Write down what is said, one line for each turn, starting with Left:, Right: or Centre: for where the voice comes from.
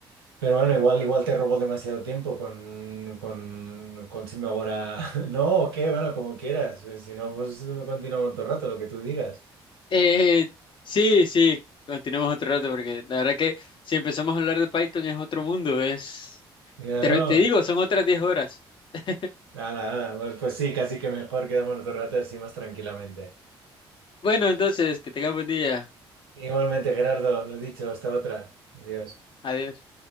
Right: Pero bueno, igual, igual te robó demasiado tiempo con, con, con Simba ahora. <laughs> No, o qué, bueno, como quieras. Eh, Si no, pues continuamos otro rato, lo que tú digas.
Left: Eh, sí, sí, continuemos otro rato porque la verdad que si empezamos a hablar de Python es otro mundo, es...
Right: Ya
Left: Te,
Right: no.
Left: te digo, son otras 10 horas. <laughs>
Right: Nada, nada. Pues, pues sí, casi que mejor quedamos otro rato así más tranquilamente.
Left: Bueno, entonces, que tengas buen día.
Right: Igualmente, Gerardo, lo dicho, hasta otra. Adiós.
Left: Adiós.